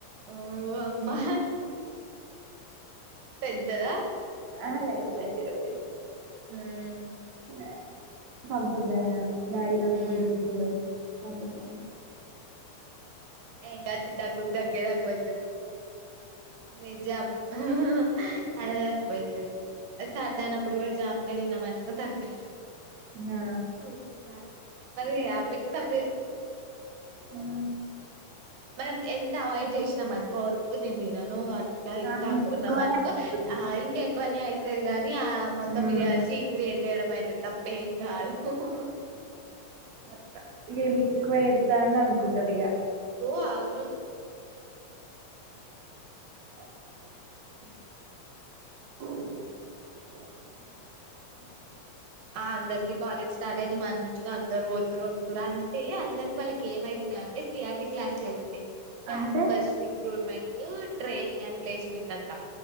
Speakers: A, on the right; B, on the right.
A: ఓ అమ్మా పెద్దదా
B: అహా లేద్ టొంటి రుఫీస్
A: ఉహు
B: యతమ్ సప్ తాగి నాం డ్యాడీ రంగుల్
A: ఉమ్
B: చూపించిండు అబ్బా చా
A: ఏయ్ దాచిదగ్గు దగ్గెక్కువైతాది నిజం అహ్ హ్ హ్ అదే ఎక్కువైతాది సరదాన అప్పుడు కూడా జామ్ కాయ తిన్నాంనుకో తక్కు
B: ఆ ఆ
A: ఓకే నారిమరి అవిత్త అవే
B: హా
A: మనం ఎంత అవాయిడ్ చేసినాం అనుకో వద్దు నేన్ తినను అట్లా ఇట్లా
B: ఆ! ఇంకెక్కువనే
A: అనుకున్నాం అనుకో
B: అనుకుంటది.
A: ఆ ఇంకా ఎక్కువనే అవుతాది గానీ ఆ మొత్తం
B: హ్మ్.
A: ఇక సీన్ క్రియేట్ చేయడం అయితేతప్పే ఏం కాదు ఉహ్ హ్ అత్త
B: ఇ గేమి క్కువ ఎత్తాంది. అన్కుంటదిగ
A: ఓ అవును
B: అ <inaudible> అ <inaudible>
A: ఆ అందరికి కాలేజ్ స్టార్ట్ అయితే మంచిగా అందరొద్దు రొద్దు రా అంటే అందరికి వాళ్ళకి ఏమైతా ద్యా అంటే సిఆర్టీ క్లాస్లు ఐ campus
B: అంటే
A: recruitment training and placement అంటా